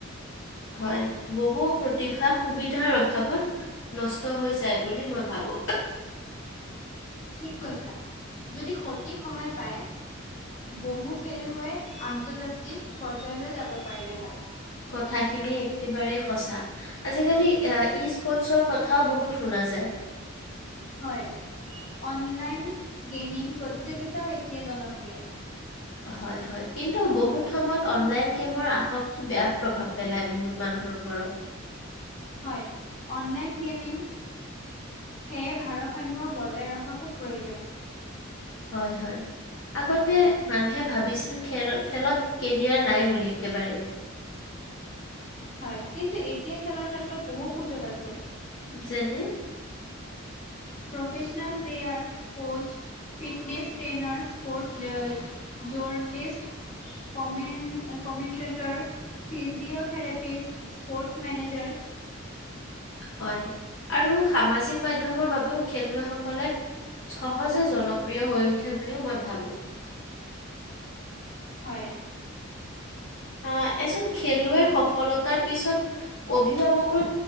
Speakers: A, on the left (about 70°); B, on the left (about 35°).
A: হয় বহু প্ৰতিভা সুবিধাৰ অভাৱত নষ্ট হৈ যায় বুলি মই ভাবো।
B: ঠিক কৈছা, যদি সটিক সহায় পায়। বহু খেলুৱৈ আন্তৰ্জাতিক পৰ্যায়লৈ যাব পাৰিলে হয়।
A: কথাখিনি একেবাৰেই সঁচা আজিকালি এ ইচ পৰ্তছৰ কথাও বহুত শুনা যায়।
B: হয়, অনলাইন গেমিং প্ৰতিযোগিতাও এতিয়া জনপ্ৰিয়।
A: হয়, হয়, কিন্তু, বহুত সময়ত অনলাইন গেমৰ আসক্তি বেয়া প্ৰভাৱ পেলাই বহুত মানুহৰ ওপৰত।
B: হয়, অনলাইন গেমিং সেয়ে ভাৰসাম্য বজাই ৰখা খুব প্ৰয়োজন।
A: হয়, হয়। আগতে মানুহে ভাবিছিল, খেৰত খেলত কেৰিয়াৰ নাই বুলি একেবাৰে।
B: হয়, কিন্তু, এতিয়া খেলৰ ক্ষেত্ৰত বহু সুযোগ আছে।
A: যেনে
B: professional player, coach fitness trainer, sports journalist. Commentator, physiotherapist. Sports manager.
A: হয় আৰু সামাজিক মাধ্যমৰ বাবেও খেলুৱৈসকলে সহজে জন প্ৰিয় হৈ উঠে বুলিও মই ভাবোঁ।
B: হয়।
A: আ, এজন খেলুৱৈৰ সফলতাৰ পিছত অভিভাৱকৰ